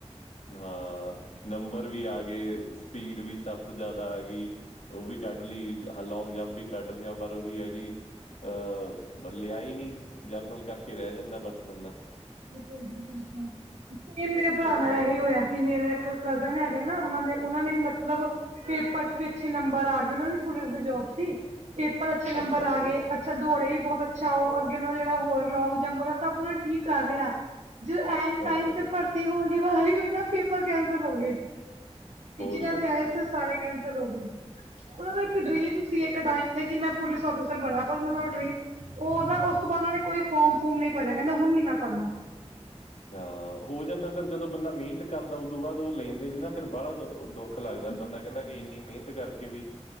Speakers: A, on the left (about 80°); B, on the right (about 85°).
A: ਹਾਂ ਨੰਬਰ ਵੀ ਆਗੇ, ਸਪੀਡ ਵੀ ਸਬ ਤੋਂ ਜ਼ਾਦਾ ਆਗੀ। ਓ ਵੀ ਕੱਢ ਲੀ ਲੌਂਗ ਜੰਪ ਵੀ ਕੱਢ ਲਿਆ ਪਰ ਓਹੀ ਐ ਕੀ ਅਹ ਮ ਲਿਆ ਈ ਨੀ ਜਰਨਲ ਕਰਕੇ ਰੈ ਜਾਂਦਾ ਬਸ ਬੰਦਾ।
B: ਬਿਲਕੁਲ ਜੀ ਬਿਲਕੁਲ, ਸੇਮ ਮੇਰੇ ਭਰਾ
A: ਫਿਰ ਕੱਟ
B: ਨਾਲ ਐਹੀ ਹੋਏਆ ਸੀ। ਤੇ ਮੇਰਾ ਇੱਕ ਕਜ਼ਨ ਹੈਗਾ ਨਾ ਓਨਾਂ ਦੇ ਓਨਾਂ ਨੇ ਵੀ ਮਤਲਬ ਪੇਪਰ ਚ ਵੀ ਅੱਛੇ ਨੰਬਰ ਆ ਗਏ ਓਨਾਂ ਦੀ ਪੁਲਿਸ ਦੀ ਜੋਬ ਸੀ, ਪੇਪਰ ਅੱਛੇ ਨੰਬਰ
A: ਅੱਛਾ
B: ਆ
A: ਜੀ
B: ਗਏ। ਅੱਛਾ ਦੌੜੇ ਵੀ ਬੋਤ ਅੱਛਾ ਓਹ ਅੱਗੇ ਓਨਾਂ ਦਾ ਜੇੜਾ ਹੋਰ ਲੌਂਗ ਜੰਪ ਹੈਗਾ ਸਬ ਓਨਾਂ ਠੀਕ ਕਰ ਰਿਆ। ਜ ਐਂਨ ਟਾਈਮ
A: ਅੱਛਾ
B: ਤੇ
A: ਜੀ
B: ਭਰਤੀ ਹੋਨ ਦੀ ਵਾਰੀ ਹੋਈ ਨਾ ਪੇਪਰ ਕੈਂਸਲ ਹੋਗੇ। ਕੇ
A: ਉਹ
B: ਜਿਨਾਂ
A: ਲੈ
B: ਦੇ ਆਏ ਸੀ ਸਾਰੇ ਕੈਂਸਲ ਹੋਗੇ। ਓਦਾ ਨਾ ਇੱਕ
A: ਹਾਂਜੀ
B: ਡਰੀਮ ਸੀ ਇੱਕ ਟਾਈਮ ਤੇ ਕੇ ਮੈਂ ਪੁਲਿਸ ਔਫੀਸਰ ਬਨਾ ਪਰ ਹੁਨ ਓਦਾ ਡਰੀਮ ਓ ਨਾ ਓਸ ਤੋਂ ਬਾਦ ਓਨੇ ਕੋਈ ਫੋਰਮ ਫੂਮ ਨੀ ਭਰਿਆ ਕੈਂਦੇ ਹੁਨ ਨੀ ਮੈਂ ਭਰਨਾ।
A: ਹਾਂ ਹੋ ਜਾਂਦਾ ਫਿਰ ਜਦੋਂ ਬੰਦਾ ਮੇਹਨਤ ਕਰਦਾ ਓਦੂੰ ਬਾਦ ਓ ਲੈਂਦੇ ਨੀ ਨਾ ਫਿਰ ਵਾਲਾ ਦ ਦੁੱਖ ਲੱਗਦਾ ਬੰਦਾ ਕੈਂਦਾ ਏਨੀ ਮੇਨਤ ਕਰਕੇ ਵੀ